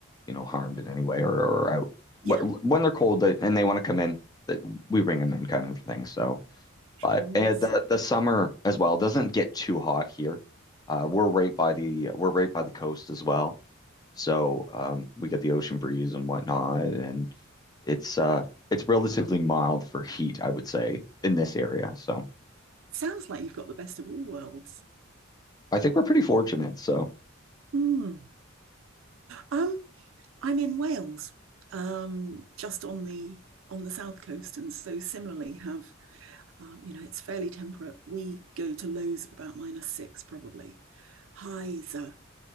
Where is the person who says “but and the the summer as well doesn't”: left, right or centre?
Left